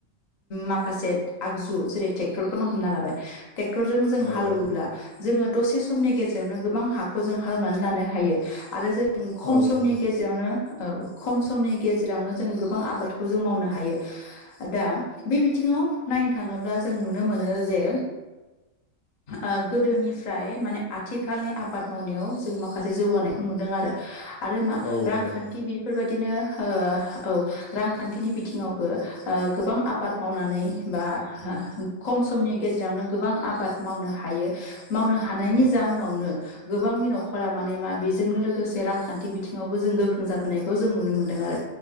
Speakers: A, on the left (about 45°); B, on the left (about 75°).
A: माखासे आगजु जेरै ट्रेक्टरखौनो हमना लाबाय ट्रेक्टरजों जों
B: औ
A: हालौवोब्ला
B: नंगौ
A: जोंङो दसे समनि गेजेरावनो गोबां हाखौ जों हालनानै लानो हायो आरो जों खम
B: औ
A: समनि
B: नंगौ
A: गेजेरावनो औ खम समनि गेजेरावनो जों गोबां आबादखौ जों मावनो हायो दा बे बिथिङाव नायनो थाङोब्ला जों नुनो मोनो जे ओ गोदोनिफ्राय माने आथिखालनि आबाद मावनायाव जों मा खासे जौगानायखौ नुदों आरो आरो मा
B: औ
A: रांखान्थि
B: नंगौ
A: बेफोरबायदिनो ओ औ रांखान्थिनि बिथिङावबो ओ गोबां आबाद मावनानै बा खम समनि गेजेरावनो गोबां आबाद मावनो हायो। मावनो हानायनि
B: औ
A: जाउनावनो गोबांनि न'ख फोरा माने मा बेजोंनो लोगोसे रांखान्थि बिथिङावबो जों गोख्रों जाबोनायखौ जों नुनो मोन्दों आरो